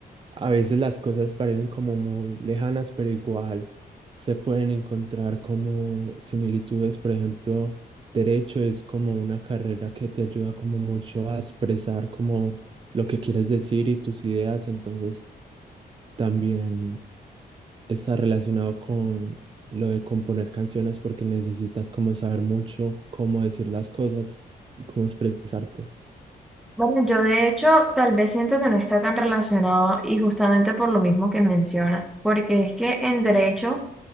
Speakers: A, on the right (about 30°); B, in the centre.
A: A veces las cosas parecen como muy lejanas, pero igual se pueden encontrar como similitudes. Por ejemplo, derecho es como una carrera que te ayuda como mucho a expresar como lo que quieres decir y tus ideas. Entonces, también está relacionado con lo de componer canciones porque necesitas como saber mucho cómo decir las cosas y cómo expresarte.
B: Bueno, yo de hecho tal vez siento que no está tan relacionado y justamente por lo mismo que mencionas, porque es que en derecho,